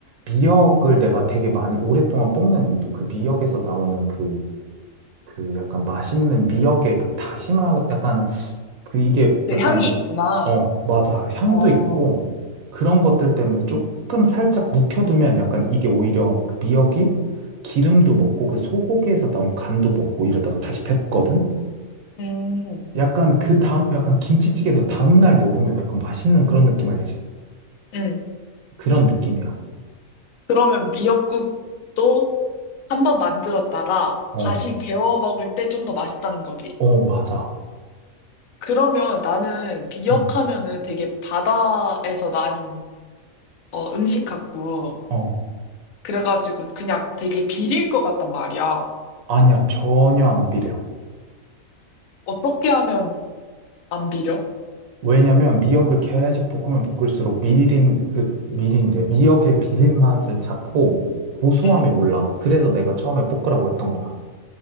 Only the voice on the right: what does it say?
미역을 내가 되게 많이 오랫동안 볶는 이유도 그 미역에서 나오는 그 그 약간 맛있는 미역의 그 다시마 약간 그 이게
약간
어 맞아 향도
있고 그런 것들 때문에 조금 살짝 묵혀두면 약간 이게 오히려 그 미역이 기름도 먹고 그 소고기에서 나온 간도 먹고 이러다가 다시 뱉거든
약간 그 다음 약간 김치찌개도 다음날 먹으면 약간 맛있는 그런 느낌 알지
그런 느낌이야
어
어 맞아
응
어
아니야 전혀 안 비려
왜냐면 미역을 계속 볶으면 볶을수록 미린, 그, 미린이래. 미역의 비린 맛을 잡고 고소함이
올라가. 그래서 내가 처음에 볶으라고 했던 거야.